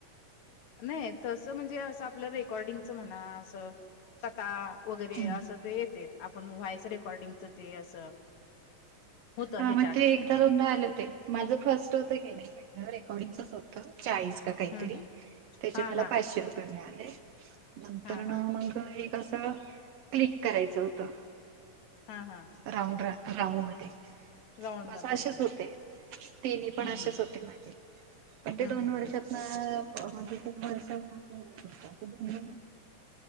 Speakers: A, on the left; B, on the right.
A: नाही तस म्हणजे असं आपलं रेकॉर्डिंगच म्हणा, असं तता, वगैरे
B: हम्म
A: असं ते येतेत आपण व्हॉइस रेकॉर्डिंगचं ते असं. होतं
B: हा
A: ह्याच्या
B: मग
A: आधी
B: ते एकदा दोनदा आल ते. माझं फर्स्ट होतं क नई पहिलं, रेकॉर्डिंगचच हो त चाळीस का काहीतरी,
A: हा हा
B: त्याचे
A: हा हा
B: मला पाचशे रुपये मिळाले. नंतर
A: हा हा
B: न मग एक असं, क्लिक करायचं होत
A: हा हा.
B: राऊंडरा, राऊंड मध्ये.
A: राऊंड
B: बस
A: मध्ये
B: असेच
A: होय
B: होते. तिनि पण
A: हम्
B: असेच
A: हम
B: होते माझे, पण ते
A: हम्
B: दोन वर्षात
A: हम
B: <unintelligible> म्हणजे ते वर्षभरातंन